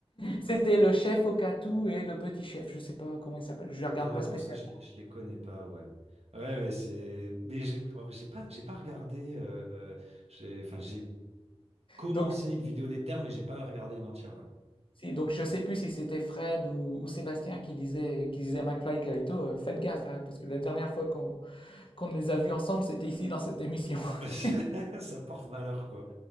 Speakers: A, on the left (about 55°); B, on the right (about 85°).
A: c'était le chef Okatou et le petit chef, je sais pas comment il s'appelle, je ne regarde
B: ah ouais,
A: pas
B: non,
A: spécial.
B: ça, je, les- je les connais pas, ouais. Ouais, mais c'est, mais j'ai en fait, j'ai pas, j'ai pas regardé, euh, euh, j'ai, enfin, j'ai commencé
A: Donc,
B: une vidéo des termes, mais j'ai pas regardé une entière, ouais.
A: si, donc je sais plus si c'était Fred ou, ou Sébastien qui disait, qui disait à McFly et Carito, euh, faites gaffe, hein, parce que la dernière fois qu'on qu'on les a vus ensemble, c'était ici dans cette émission.
B: <laughs>
A: <laughs>
B: Ça porte malheur, quoi.